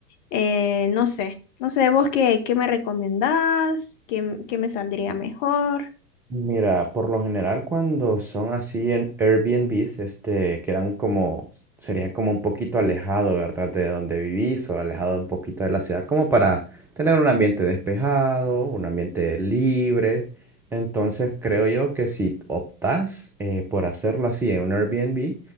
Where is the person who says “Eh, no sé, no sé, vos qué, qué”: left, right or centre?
Left